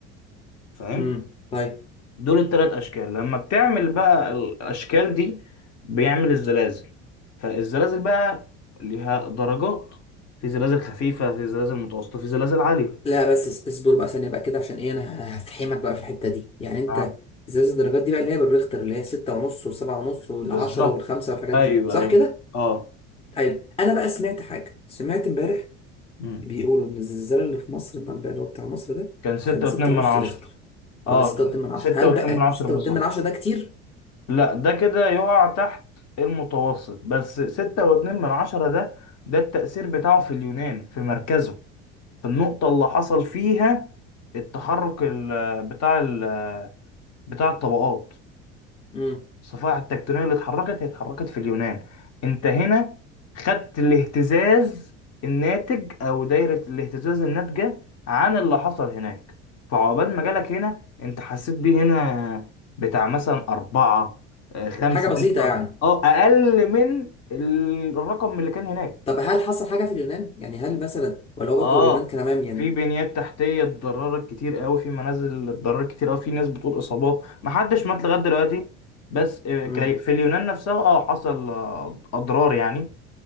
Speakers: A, on the left; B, on the left.
A: فاهم
B: م. طيب
A: دول الثلاث اشكال لما بتعمل بقى الاشكال دي بيعمل الزلازل فالزلازل بقى ليها درجات في زلازل خفيفه في زلازل متوسطه في زلازل عاليه
B: لا بس اس- اصبر بقى ثانية بقى كده عشان ايه انا هفحمك بقى في الحتة دي يعني انت
A: اه
B: ازاز الدرجات دي بقى اللي هي بالريختر اللي هي ستة ونص وسبعة ونص والعشرة
A: بالظبط
B: والخمسة والحاجات
A: ايوه
B: دي صح
A: ايوه
B: كده؟
A: اه
B: حلو انا بقى سمعت حاجة سمعت امبارح
A: مم.
B: بيقولوا ان الزلزال اللي في مصر بقى اللي هو بتاع مصر ده
A: كان ستة
B: كان ستة
A: واتنين من
B: ونص
A: عشرة
B: ريختر
A: اه
B: او لا ستة واتنين من عشرة
A: ستة
B: هل
A: واتنين
B: بقى
A: من عشرة
B: ستة
A: بالظبط
B: واتنين من عشرة ده كتير؟
A: لا ده كده يقع تحت المتوسط بس ستة واتنين من عشرة ده ده التأثير بتاعه في اليونان في مركزه في النقطة اللي حصل فيها التحرك ال- بتاع ال- بتاع الطبقات
B: امم
A: الصفائح التكتونية اللي اتحركت هي اتحركت في اليونان انت هنا خدت الاهتزاز الناتج او دايرة الاهتزاز الناتجة عن اللي حصل هناك فعقبال ما جالك هنا انت حسيت بيه هنا بتاع مثلا أربعة آه، خمسة
B: حاجة بسيطة
A: ريكتر
B: يعني
A: اه أقل من ال- الرقم اللي كان هناك
B: طب هل حصل حاجة في اليونان؟ يعني هل مثلا ولا هو برضه
A: اه
B: اليونان كان تمام يعني؟
A: في بنيات تحتيه اتضررت كتير قوي في منازل اتضررت كتير قوي في ناس بتقول اصابات ما حدش مات لغايه دلوقتي بس آه،
B: امم
A: كي- في اليونان نفسها اه حصل آه، اضرار يعني